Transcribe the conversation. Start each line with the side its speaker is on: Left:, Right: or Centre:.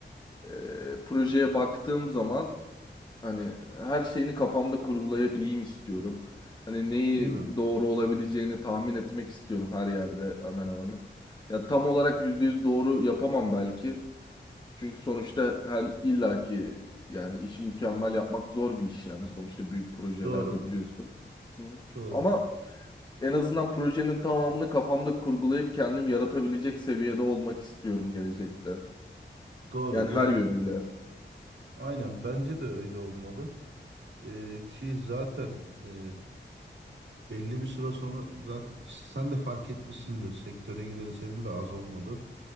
Left: E, projeye baktığım zaman hani her şeyini kafamda kurgulayabileyim istiyorum. Hani neyi
Right: Değil mi?
Left: doğru olabileceğini tahmin etmek istiyorum her yerde hemen hemen. Ya tam olarak %100 doğru yapamam belki. Çünkü sonuçta her illaki yani işi mükemmel yapmak zor bir iş yani. Sonuçta büyük projelerde
Right: Doğru.
Left: biliyorsun. Hı.
Right: Doğru.
Left: Ama en azından projenin tamamını kafamda kurgulayıp kendim yaratabilecek seviyede olmak istiyorum gelecekte.
Right: Doğru.
Left: Yani
Right: Yani
Left: her yönüyle.
Right: aynen bence de öyle olmalı. Ee, ki zaten e, belli bir süre sonra zaten sen de fark etmişsindir. Sektöre gireli senin de az olmadı.